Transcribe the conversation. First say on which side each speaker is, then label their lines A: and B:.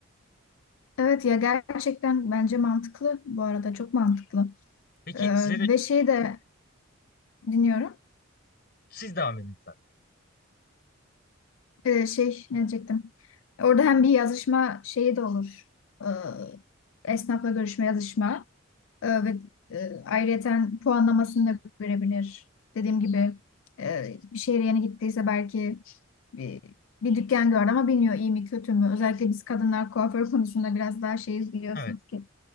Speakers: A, on the left; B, on the left.
A: Evet ya gerçekten bence mantıklı bu arada çok mantıklı.
B: Peki
A: Ee,
B: size de
A: ve şeyi de dinliyorum.
B: siz devam edin lütfen.
A: Ee, şey ne diyecektim? Orada hem bir yazışma şeyi de olur. Ee, esnafla görüşme yazışma Ee, ve e, ayrıyeten puanlamasını da görebilir. Dediğim gibi e, bir şehre yeni gittiyse belki bir, bir dükkan gördü ama bilmiyor iyi mi kötü mü. Özellikle biz kadınlar kuaför konusunda biraz daha şeyiz biliyorsunuz
B: Evet.
A: ki